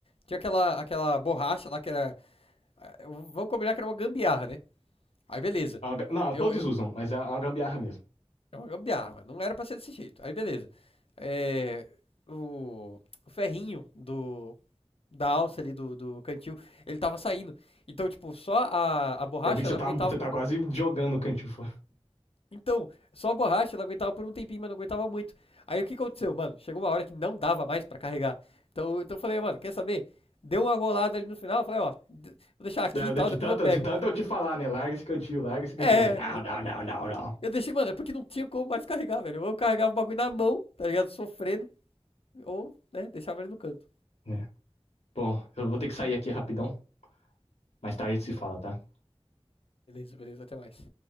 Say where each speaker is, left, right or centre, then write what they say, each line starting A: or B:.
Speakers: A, on the left (about 65°); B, on the left (about 75°).
A: tinha aquela, aquela borracha lá que era. ah, Vamos combinar que era uma gambiarra, né? Aí beleza.
B: É uma ga- Não,
A: Eu,
B: todos
A: eu,
B: usam, mas é uma gambiarra mesmo.
A: é uma gambiarra, não era pra ser desse jeito. Aí beleza. É, o, o ferrinho do, da alça ali do, do cantil, ele tava saindo. Então, tipo, só a, a borracha
B: Eu vi que você
A: ela
B: tá,
A: aguentava.
B: você tá quase jogando o cantil fora.
A: Então, só a borracha, ela aguentava por um tempinho, mas não aguentava muito. Aí o que aconteceu, mano? Chegou uma hora que não dava mais pra carregar. Então, então eu falei, "Ah, mano, quer saber? Deu uma golada ali no final, eu falei, ó, d- vou deixar aqui
B: De,
A: e tal,
B: de, de
A: depois
B: tanto,
A: eu pego.
B: de tanto eu te falar, né? Larga esse cantil, larga esse cantil.
A: É,
B: Você, não, não, não, não, não.
A: eu deixei, mano, é porque não tinha como mais carregar, velho. Ou eu carregava o bagulho na mão, tá ligado? Sofrendo, ou, né, deixava ele no canto.
B: É. Bom, eu vou ter que sair aqui rapidão. Mais tarde a gente se fala, tá?
A: Beleza, beleza, até mais.